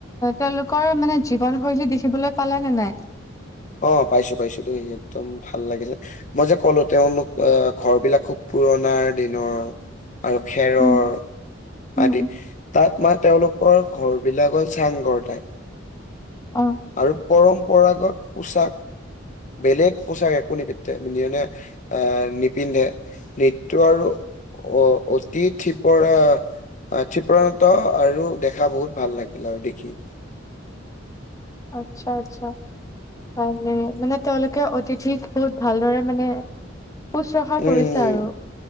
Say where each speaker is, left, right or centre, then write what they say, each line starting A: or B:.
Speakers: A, on the left; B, on the left.
A: তেওঁলোকৰ মানে জীৱনশৈলী দেখিবলৈ পালে নে নাই?
B: অ পাইছো পাইছো দেই একদম ভাল লাগিছে। মই যে ক'লো তেওঁলোক আহ ঘৰ বিলাক খুব পুৰণাৰ দিনৰ আৰু খেৰৰ
A: উম উম
B: আদি
A: উম।
B: তাত মানে তেওঁলোকৰ ঘৰ বিলাক হ'ল চাংঘৰ টাইপ।
A: অ
B: আৰু পৰম্পৰাগত পোচাক। বেলেগ পোচাক একো নিপিতেনে আহ নি পিন্ধে। নৃত্য আৰু অ অতি থিপৰা অ <unintelligible> আৰু দেখা বহুত ভাল লাগিল আৰু দেখি।
A: আচ্ছা আচ্ছা। ভালে মানে তেওঁলোকে অতিথিক বহুত ভালদৰে মানে শুশ্ৰূষা
B: উম
A: কৰিছে আৰু।